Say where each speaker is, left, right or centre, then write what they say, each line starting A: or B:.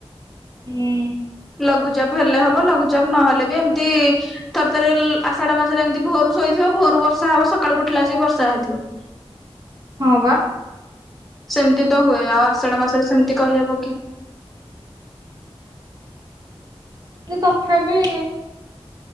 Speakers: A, on the right; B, in the centre.
A: ହୁଁ।
B: ଲଘୁଚାପ ହେଲେ ହବ ଲଘୁଚାପ ନହେଲେ ବି ଏମିତି ଥ ଥରେ ଆଷଢ ମାସରେ ଏମିତି ଭୋରରୁ ଶୋଇଥିବ ଭୋରୁ ବର୍ଷା ହବ ସକାଳୁ ଉଠିଲାବସିକି ବର୍ଷା ହେଇଥିବ।
A: ହଁ ବା।
B: ସେମିତି ତ ହୁଏ ଆଉ ଆଷାଢ ମାସରେ ସେମିତି କହିହବ କି।
A: କିନ୍ତୁ ତଥାବି